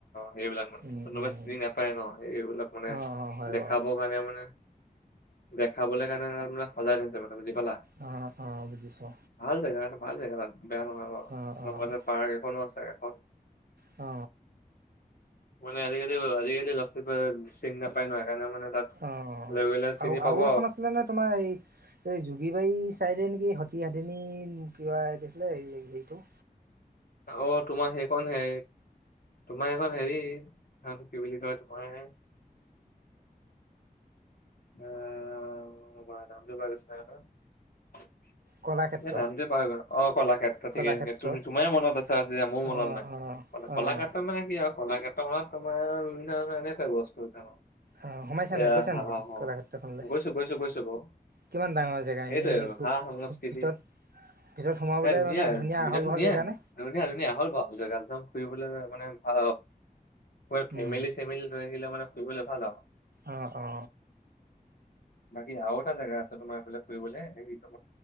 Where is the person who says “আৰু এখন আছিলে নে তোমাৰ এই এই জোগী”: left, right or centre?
Right